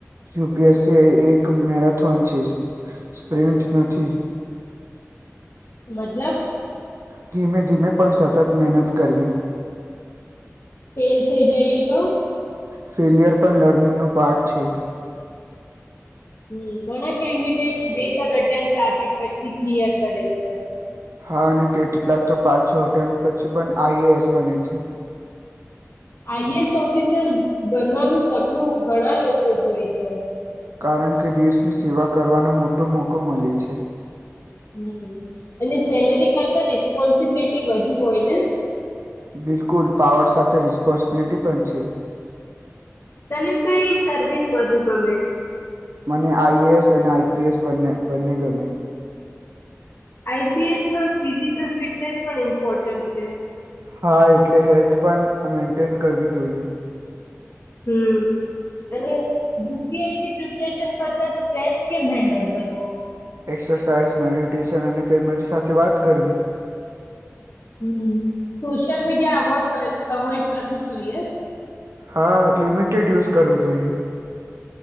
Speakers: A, on the right; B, on the left.
A: યુપીએસસી એક મેરાથોન છે સ્પ્રિન્ટ નથી
B: મતલબ
A: ધીમે ધીમે પણ સતત મહેનત કરવી
B: ફેલ થઈ જઈએ તો
A: ફેલ્યયર પણ લર્નિંગનું પાર્ટ છે
B: હમ ઘણા કેન્ડિડેટ્સ બે ત્રણ એટેમ્પ આપી પછી ક્લિયર કરે છે
A: હા અને કેટલાક તો પાછ છ હોટે પછી પણ આઈએ એસ બને છે
B: આઈએએસ ઓફિસર બનવાનું સપનું ઘણા લોકો જોય છે
A: કારણ કે દેશની સેવા કરવાનો મોટો મોકો મળે છે
B: હમ અને સેલેરી કરતા રિસ્પોન્સિબિલિટી વધુ હોય ને
A: બિલકુલ પાવર સાથે રિસ્પોન્સિબિલિટી પણ છે
B: તને કઈ સર્વિસ વધુ ગમે
A: મને આઈએ એસ અને આઈપીએસ બને બંને ગમે
B: આઈપીએસમાં ફિઝિકલ ફિટનેસ પણ ઇમ્પોર્ટન્ટ છે
A: હા એટલે હેલ્થ પણ મેન્ટેન કરવી જોઈએ
B: હમ અને યુપીએસસી પ્રિપરેેશન કરતા સ્ટ્રેસ કેમ હેન્ડલ કરવો
A: એક્સરસાઇઝ મેડિટેશન અને ફેમિલી સાથે વાત કરવી
B: હમ સોશિયલ મીડિયા અવોડ અવોઈડ કરવું જોઈએ
A: હા લિમિટેડ યુઝ કરવું જોઈએ